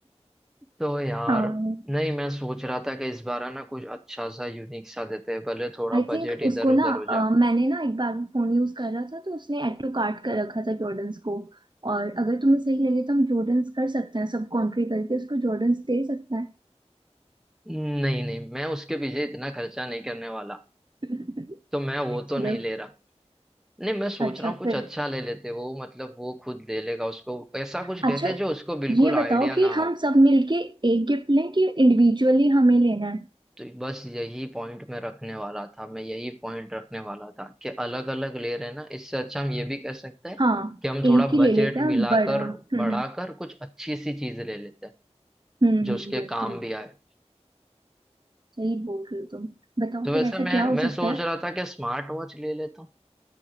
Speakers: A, in the centre; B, on the right (about 40°).
A: तो यार
B: I
A: नहीं मैं सोच रहा था कि इस बार है ना कुछ अच्छा सा यूनिक सा देते हैं भले थोड़ा बजट
B: think उसको
A: इधर उधर
B: ना
A: हो
B: अ,
A: जा
B: मैंने ना एक बार फोन यूज कर रहा था तो उसने एड टू कार्ट कर रखा था जॉर्डन्स को और अगर तुम्हें सही लगे तो हम जॉर्डन्स कर सकते हैं सब कॉन्ट्री करके उसको जॉर्डन्स दे सकते हैं
A: नहीं नहीं मैं उसके पीछे इतना खर्चा नहीं करने वाला
B: <laughs>
A: तो मैं वो
B: चलो
A: तो नहीं ले रहा नहीं मैं सोच
B: अच्छा
A: रहा हूँ कुछ
B: फिर
A: अच्छा ले लेते वो मतलब वो खुद ले लेगा उसको ऐसा कुछ
B: अच्छा
A: लेते जो उसको बिल्कुल
B: ये बताओ
A: आइडिया
B: कि
A: ना हो
B: हम सब मिलके एक गिफ्ट लें कि इंडिविजुअली हमें लेना है
A: तो बस यही पॉइंट मैं रखने वाला था मैं यही पॉइंट रखने वाला था कि अलग अलग ले रहे हैं ना इससे अच्छा हम ये भी कह सकते हैं
B: हाँ
A: कि हम
B: एक
A: थोड़ा
B: ही ले
A: बजट
B: लेते हैं
A: मिलाकर
B: बड़ा हम्म
A: बढ़ाकर
B: हम्म
A: कुछ अच्छी सी चीज ले लेते हैं
B: हम्म
A: जो
B: हम्म,
A: उसके
B: बिल्कुल
A: काम भी आए
B: सही बोल रहे हो तुम बताओ
A: तो वैसे
B: फिर ऐसा
A: मैं
B: क्या हो
A: मैं
B: सकता
A: सोच
B: है
A: रहा था कि स्मार्ट वॉच ले लेता हूँ